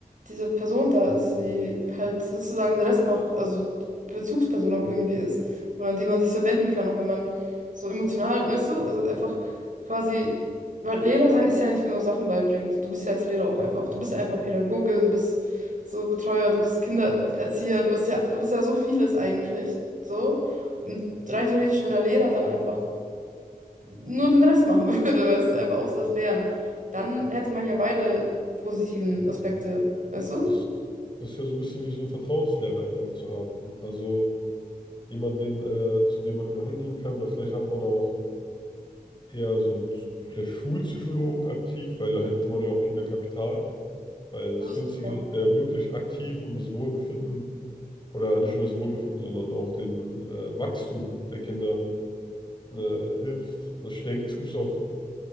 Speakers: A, on the right (about 55°); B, on the left (about 30°).
A: diese Person da ist, die halt sozusagen den Rest macht, also die Bezugsperson auch irgendwie ist und an die man sich so wenden kann, auch wenn man so emotional, weißt du, also einfach quasi, weil Lehrer sein ist ja nicht nur Sachen beibringen, so, du bist ja als Lehrer auch einfach, du bist einfach Pädagoge, du bist so Betreuer, du bist Kindererzieher, du bist ja, du bist ja so vieles eigentlich. So. Und rein theoretisch, wenn der Lehrer dann einfach nur den Rest machen <laughs> würde, weißt du, einfach außer das Lehren dann hätte man ja beide positiven Aspekte, weißt du?
B: Das, das ist ja so ein bisschen wie so ein Vertrauenslehrer einfach zu haben. Also jemand, den, äh, zu dem man immer hingehen kann. Oder vielleicht hat man auch eher so einen vielleicht Schulpsychologen aktiv, weil da hätte man ja auch viel mehr Kapital. Weil das
A: Ich-
B: Günstige
A: Ja,
B: ist ja wirklich aktiv um das Wohlbefinden oder nicht nur das Wohlbefinden, sondern auch den äh, Wachstum der Kinder äh, hilft. Also ich denke, es gibt auch